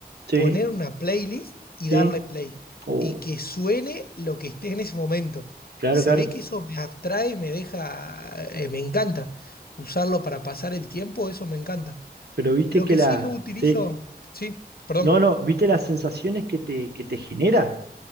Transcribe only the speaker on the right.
sí,
sí,
Oh,
claro,
claro,
pero viste
que
la...
Sí,
no, no, viste las sensaciones que te, que te genera,